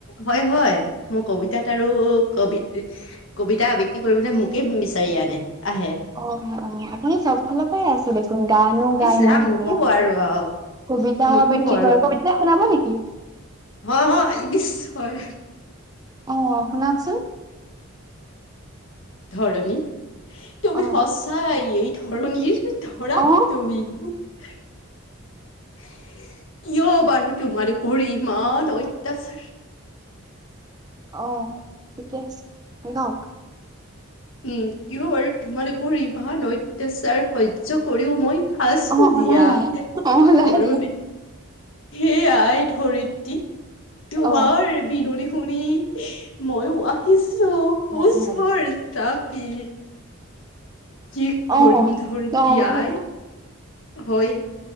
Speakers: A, on the left; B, on the right.
A: হয় -হয় মোৰ কবিতাত আৰু কবিত- কবিতা আবৃত্তি কৰিবলৈ মোকে বিচাৰি আনে। আহে।
B: অহ - অহ আপুনি চব ফালৰ পৰাই আছে দেখোন গানো গাই
A: ইচ
B: ইমান
A: ৰাম
B: ধুনীয়া।
A: নক'ব আৰু অ',
B: কবিতাও
A: নক'ব
B: আবৃত্তি
A: আৰু
B: কৰে কবিতা শুনাব নেকি?
A: হয় -হয় ইদিচ হয়।
B: অহ, শুনাওকচুন।
A: ধৰণী তুমি
B: অ
A: সঁচাই এই ধৰণীৰ ধৰা
B: অ
A: তুমি কিয় বাৰু তোমালোকৰ ইমান অত্যাচাৰ
B: অহ ঠিকে আছে গাওক।
A: উম, কিয় বাৰু তোমালোকৰ ইমান অত্যাচাৰ সহ্য সহ্য কৰিও মই আছো
B: অ অ
A: জীয়া
B: লাহে
A: ধৰণী।
B: লাহে
A: হে আই ধৰিত্ৰী তোমাৰ
B: অ
A: বিননি শুনি ময়ো আহিছো ওচৰ
B: লাহে লাহে
A: তথাপি জি
B: অ
A: কৰিম ধৰিত্ৰী
B: অ লাহে
A: আই হয়